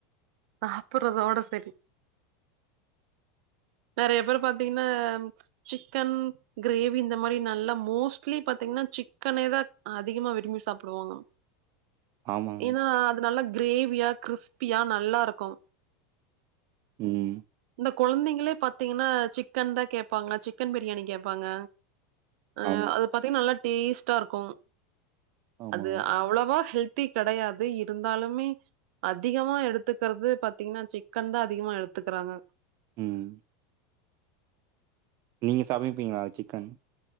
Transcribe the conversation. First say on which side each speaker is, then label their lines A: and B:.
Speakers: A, on the right; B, on the right.
A: சாப்பிட்றதோட சரி நெறைய பேறப் பாத்தீங்கின்னாம் சிக்கன் கிரேவி இந்த மாரி நல்லா மோஸ்ட்லி பாத்தீங்னா சிக்கனேதா அதிகமா விரும்பி சாப்பிடுவாங்கா
B: <inaudible> ஆமாங்க
A: எனா அது நல்லா கிரேவியா கிறிஸ்பியா நல்லாருக்கு
B: ம்
A: இந்தக் கொழந்தைங்கிளேப் பாத்தீங்கன்னா சிக்கன்தா கேப்பாங்க சிக்கன் பிரியாணி கேப்பாங்க அ
B: ஆமா
A: அது பாத்தீங்க நல்லா டேஸ்ட்டாருக்கு
B: ஆமா
A: அது அவ்ளவா ஹெல்த் தி கெடயாது இருந்தாலுமே அதிகமா எடுத்துக்கறது பாத்தீங்கனா சிக்கன்தா அதிகமா எடுத்துகுறாங்க
B: ம் ம் நீங்க சமைப்பீங்ளா சிக்கன்